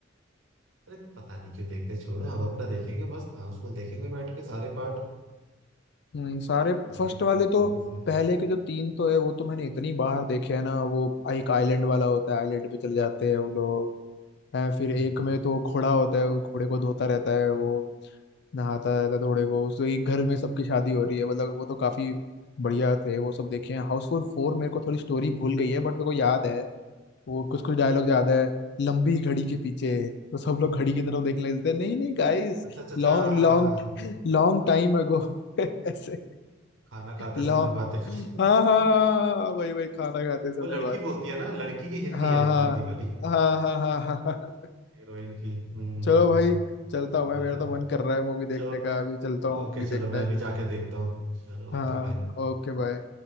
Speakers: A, on the right; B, on the left.
A: अरे पता नहीं क्यों देखते छोड़ो हम अपना देखेंगे मस्त हाउसफुल देखेंगे बैठ के सारे पार्ट
B: हम्म, सारे
A: बढ़िया
B: फर्स्ट
A: बढ़िया
B: वाले तो
A: मूवीज है
B: पहले के जो तीन तो है वो तो मैंने इतनी बार देखे है ना वो एक आइलैंड वाला होता है आइलैंड पे चले जाते हैं वो लोग है फिर
A: हम्म।
B: एक में तो घोड़ा होता है वो घोड़े को धोता रहता है वो नहाता रहता है घोड़े को उसके एक घर में सबकी शादी हो रही है मतलब वो तो काफी बढ़िया थे वो सब देखे हैं हाउसफुल फोर मेरे को थोड़ी स्टोरी भूल गई है बट मेरे को याद है वो कुछ कुछ डायलॉग याद है लंबी घड़ी के पीछे तो सब लोग घड़ी की तरफ देखने लगते हैं नहीं नहीं guys
A: अच्छा अच्छा अच्छा
B: Long
A: हाँ हाँ
B: long
A: हाँ
B: Long time अगो <laughs> ऐसे
A: खाना खाते
B: लॉन्ग
A: समय बातें करते
B: हाँ हाँ हाँ, वही वही खाना
A: <laughs>
B: खाते समय
A: वो लड़की
B: बात
A: बोलती है ना लड़की की हिंदी
B: हाँ
A: है वो
B: हाँ
A: गंदी वाली <laughs>
B: हाँ हाँ हाँ हाँ हाँ
A: हीरोइन की हम्म
B: चलो भाई चलता
A: मस्त
B: हूँ मैं
A: है
B: मेरा
A: यार
B: तो मन कर रहा है मूवी देखने
A: चौक
B: का अभी चलता हूँ
A: ओके
B: मूवी देखने
A: चलो मैं भी जाके देखता हूँ चलो
B: हाँ
A: ओके बाय
B: ओके बाय